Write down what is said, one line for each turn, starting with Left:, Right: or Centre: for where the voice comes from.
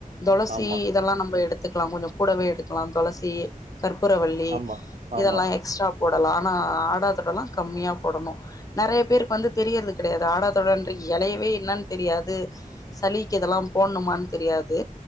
Left: தொளசி
Right: ஆமா,
Left: இதெல்லா நம்ம எடுத்துக்கலா கொஞ்சோ கூடவே எடுக்கலா தொளசி கற்பூரவல்லி
Right: ஆமா, ஆமா. ஆமா.
Left: இதெல்லா எக்ஸ்ட்ரா போடலா ஆனா ஆடாதொடல்லா கம்மியா போடணு நெறையா பேருக்கு வந்து தெரியறது கெடையாது ஆடாதொடர்ன்ற எலையவே என்னனு தெரியாது சளிக்கு இதெல்லா போட்னுமான்னு தெரியாது